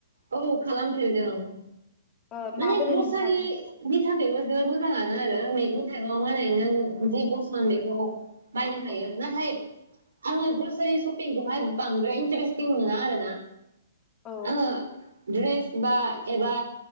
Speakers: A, on the right; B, on the left.
A: औ खालामफेरदों।
B: ओ
A: माने
B: माबोरै
A: ग्रसारिनि
B: नोंथां
A: थाखायबो जोबोद मोजाङानो आरो मैगं ओरैनो जि पसन बेखौ <unintelligible> बायनो हायो
B: औ
A: नाथाय आङो ग्रसारि सपिंखौहाय बांद्राय इन्टारेस्टिं मोना आरो ना।
B: औ
A: आंङो ड्रेस बा एबा